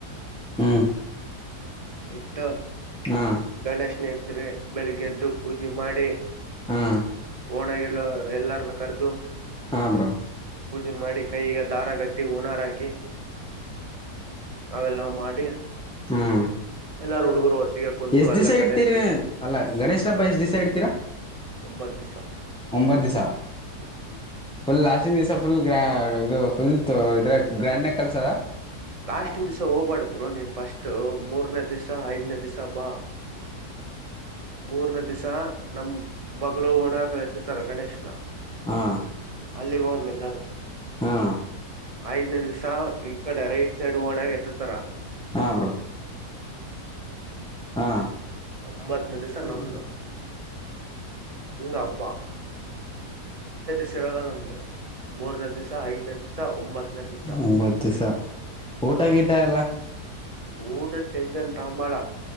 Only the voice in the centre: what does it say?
ಹ್ಮ್.
ಹಾ
ಹಾ
ಹಾ ಬ್ರೋ
<inaudible>
ಎಷ್ಟ
ದಿವಸ ಇಡ್ತೀರ
ಅಲ್ಲ ಗಣೇಶನ ಹಬ್ಬ ಎಷ್ಟ್ ದಿಸಾ ಇಡ್ತೀರಾ
ಒಂಬತ್ ದಿಸಾ
ಫುಲ್ ಲಾಸ್ಟೆನ್ ದಿವಸ ಫುಲ್ ಗ್ರಾ ಅಂದ್ರೆ ಫುಲ್ ಇದ ಗ್ರ್ಯಾಂಡನೇ ಕಲ್ಸಾರ
ಹಾ
ಹಾ
ಹಾ
ಹಾ ಬ್ರೋ ಹಾ.
<unintelligible>
ಒಂಬತ್ತು ದಿವ್ಸ ಊಟ ಗೀಟ ಎಲ್ಲ.